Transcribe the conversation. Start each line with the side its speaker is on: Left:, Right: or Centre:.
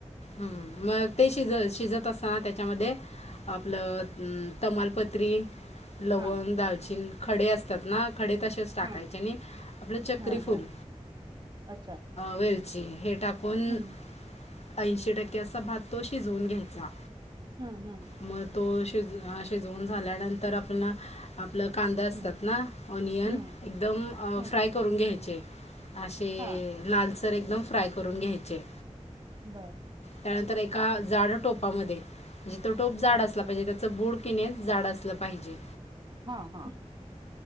Left: मग ते शिजत शिजत असताना त्याच्यामध्ये आपलं तमालपत्री लवंग
Right: हां
Left: दालचीनं खडे असतात ना खडे तसेच टाकायचे
Right: हां
Left: आणि आपलं चक्री
Right: हां
Left: फूल
Right: हां अच्छा
Left: वे ज हे टाकून
Right: हम्म
Left: ऐंशी टक्के असा भात तो शिजवून घ्यायचा
Right: हम्म हम्म
Left: मग तो शिज शिजवून झाल्यानंतर आपण आप आपलं कांदा असतात
Right: हम्म
Left: ना ओनियन
Right: हम्म
Left: एकदम
Right: हम्म
Left: फ्राय करून घ्यायचे असे
Right: हां
Left: लालसर एकदम फ्राय कर करून घ्यायचे
Right: बरं
Left: त्यानंतर एका जाड टोपामध्ये जीत टोप जाड
Right: अच्छा
Left: असला पाहिजे त्याच बुड किने जाड असलं पाहिजे
Right: हां हां